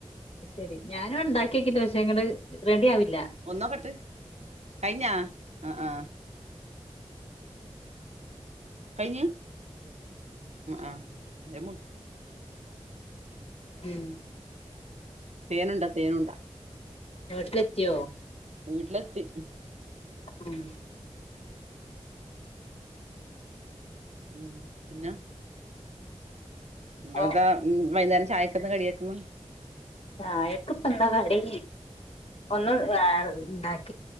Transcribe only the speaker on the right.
ഒന്നോക്കെട്ട് കഴിഞ്ഞാ ആ ആ. കഴിഞ് ആ അ
തേനുണ്ടാ തേനണ്ടാ.
വീട്ടിലെത്തി.
മ് പിന്നെ. നിങ്ങളെന്താ
വൈകുന്നേരം ചായക്കന്ന് കടിയാക്കുന്നു?